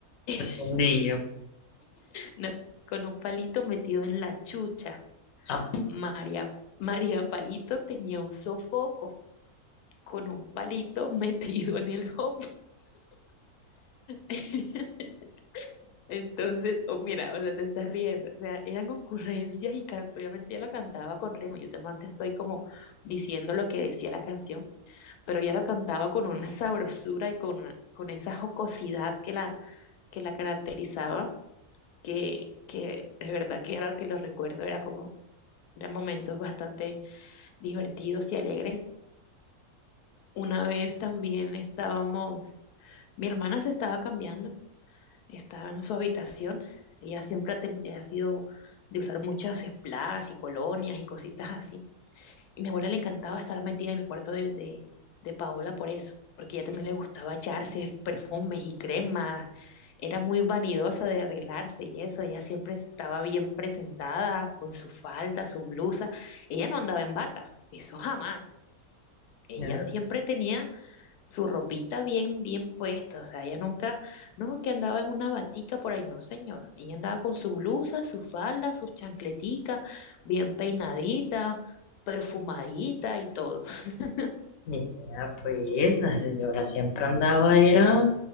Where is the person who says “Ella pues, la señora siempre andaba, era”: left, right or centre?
Left